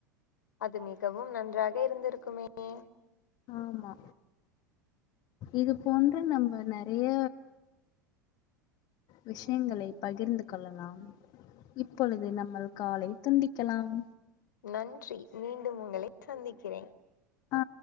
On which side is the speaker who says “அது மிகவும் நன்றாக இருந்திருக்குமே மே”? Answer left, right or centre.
Left